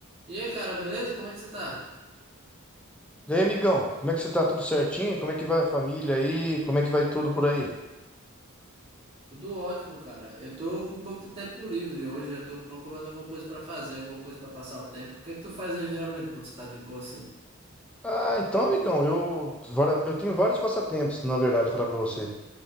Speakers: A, on the right; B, in the centre.
A: E aí, cara, beleza? Como é que você tá?
B: daí aí, amigão, como é que você tá? Tudo certinho? Como é que vai a família aí? Como é que vai tudo por aí?
A: Tudo ótimo, cara. Eu tô com um pouco de tempo livre hoje. Eu tô procurando alguma coisa pra fazer, alguma coisa pra passar o tempo. O que é que tu faz aí geralmente quando você tá de boa assim?
B: Ah, então, amigão, eu, vari- eu tenho vários passatempos, na verdade, falar pra você.